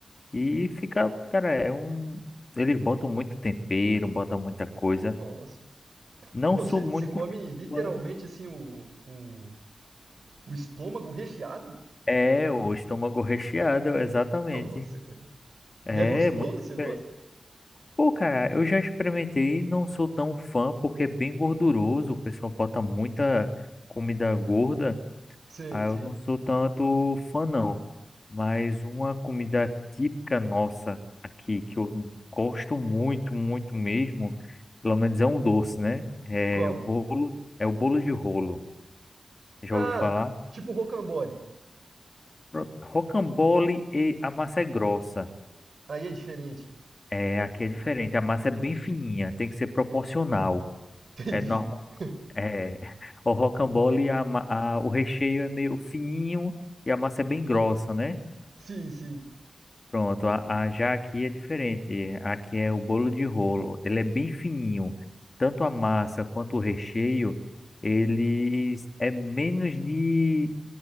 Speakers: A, on the left (about 45°); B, on the right (about 75°).
A: E fica, cara, é um. Eles botam muito tempero, botam muita coisa.
B: Nossa.
A: Não
B: Pô,
A: sou
B: você
A: muito
B: você come literalmente
A: fã.
B: assim o, o, o estômago recheado?
A: É, o estômago recheado, exatamente.
B: Nossa, cara.
A: É,
B: E é gostoso?
A: muito diferente.
B: Você gosta?
A: Pô, cara, eu já experimentei, não sou tão fã, porque é bem gorduroso. O pessoal bota muita comida gorda.
B: Sei,
A: Aí
B: sei.
A: eu não sou tanto fã, não. Mas uma comida típica nossa aqui, que eu gosto muito, muito mesmo, pelo menos é um doce, né? É
B: Qual?
A: o bolo, é o bolo de rolo. Já
B: Ah,
A: ouviu falar?
B: tipo rocambole.
A: Pronto, Rocambole e a massa é grossa.
B: Aí é diferente.
A: É, aqui é diferente, a massa é bem fininha, tem que ser proporcional.
B: Entendi.
A: É, normal,
B: <laughs>
A: é, <laughs> o rocambole, a, ma- a, o recheio é meio fininho e a massa é bem grossa, né?
B: Sim, sim.
A: Pronto, a, a- já aqui é diferente. Aqui é o bolo de rolo. Ele é bem fininho. Tanto a massa quanto o recheio, eles é menos de,